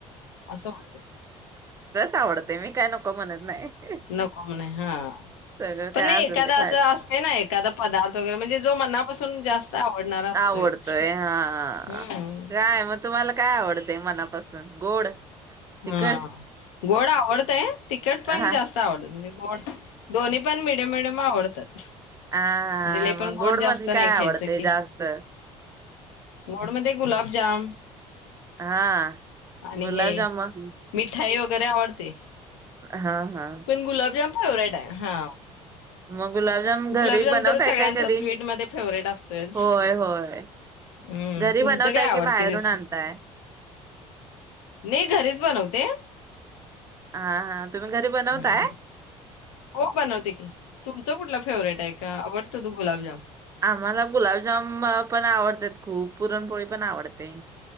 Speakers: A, on the left; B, on the right.
A: असं होतेय
B: आवडतेय मी काय नको म्हणत नाही.
A: नको म्हणे, हा
B: सगळं
A: पण
B: काय
A: नाही
B: असेल
A: एखादा
B: ते खायच
A: असं असते ना एखादा पदार्थ वगैरे म्हणजे जो मनापासून जास्त आवडणारा असतोयच
B: आवडतोय, हा
A: हम्म
B: काय मग तुम्हाला काय आवडतय मनापा नापासून गोड? तिखट
A: हा गोड आवड तेय तिकट पण
B: हा.
A: जास्त आवडत म्हणजे दोन्ही पण मिडयम मिडियम आवडतात.
B: हा
A: म्हणजे लय पण
B: मग गोड
A: जास्त
B: मध
A: नाही
B: काय
A: खायचं
B: आवडते
A: की
B: जास्त?
A: गोड मधे गुलाबजाम
B: हा
A: आणि
B: गुलाबजमुन
A: हे मिठाई वगैरे आवडते.
B: हा हा.
A: पण गुलाबजाम फेवरेट आहे. हा.
B: मग गुलाबजाम घरी
A: गुलाबजाम
B: बनवताय
A: तर सगळ्यांचा
B: काय कधी
A: स्वीट मध्ये फेवरेट असतोयच.
B: होय होय
A: हम्
B: घरी
A: तुमच
B: बनवताय
A: काय आवडते
B: की बाहेरून
A: रेसी
B: आणताय
A: नाही घरीच बनवते.
B: हा हा. तुम्ही घरी बनवताय
A: हम् हम हो बनवते की. तुमच कुठलं फेवरेट आहे? का आवडतो तू गुलाजामन?
B: आम्हाला गुलाबजाम पण आवडत खूप, पुरणपोळी पण आवडते.